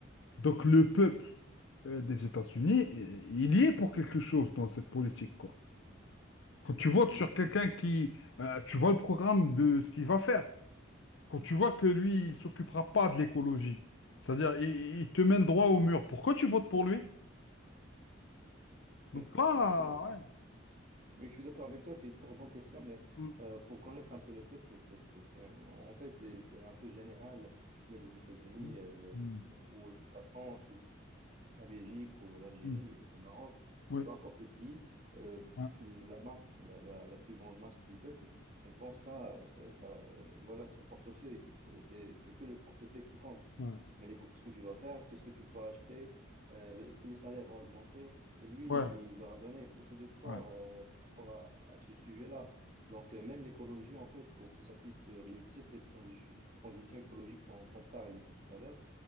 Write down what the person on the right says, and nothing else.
mm,
oui,
oui,
mm, oui.
Oui, je suis d'accord avec toi, c'est une très bonne question, mais
euh, pour connaître un peu le peuple, c'est, c'est- c'est- un- en fait, c'est c'est un peu général, mais les États-Unis
euh, le-
ou la France la Belgique ou l'Algérie
ou le Maroc,
peu importe le pays, euh,
la masse, la, la- la plus grande masse du peuple ne pense qu'à sa- sa- euh, voilà, son portefeuille. C'est le- c'est- c'est que le portefeuille qui compte.
Mais les courses que tu vas faire, qu'est-ce que tu peux acheter, euh, le- est-ce que le salaire va augmenter? Et lui,
il, il leur a donné beaucoup d'espoir
euh, par rapport à, à ce sujet-là. Donc, euh, même l'écologie, en fait, pour que ça puisse euh, réussir, cette transi- transition écologique dont on parle depuis tout à l'heure,